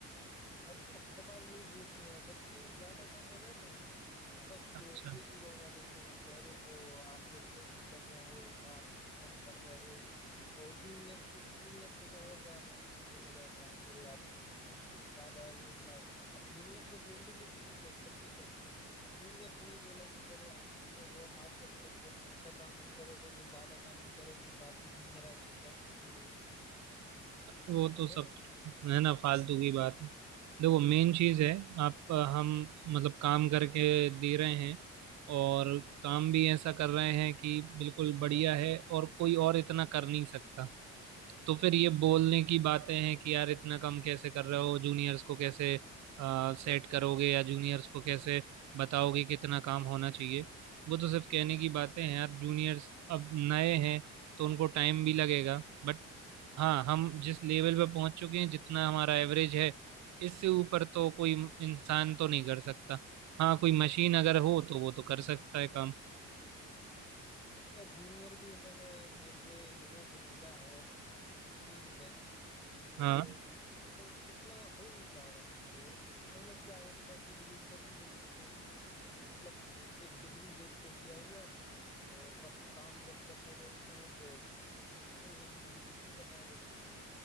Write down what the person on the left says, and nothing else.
अरे वो हर बार यही बोलते हैं जब भी ज्यादा काम आ जाता है तो बस
वो एक ही रोना रोते हैं कि अरे वो आप लोग सही नहीं कर रहे हो आप लोग कम कर रहे हो और जूनियर से जूनियर से तो और ज्यादा बोला जाता है कि अरे आप ज्यादा एवरेज लाओ अब जूनियर से बोल दें तो ठीक है तब भी चल जाए सीनियर से भी बोलेंगे कि अरे आप सीनियर हो आप जब तक अच्छा काम नहीं करोगे ज्यादा काम नहीं करोगे तो आपके जूनियर आपसे क्या सीखेंगे
है
ना
और या जूनियर भी इन्होंने ऐसे लोगों को लिया है टीम में कि
उनसे उतना हो नहीं पा रहा उनसे इन- इन्होंने क्या इंटरव्यू ली इंटरव्यू में भी समझ में नहीं आया कि मतलब एक डिग्री देख के लिया हुआ है और बस काम जब करने बैठते हैं तो उसने एबीसीडी कुछ नहीं पता रहती उनको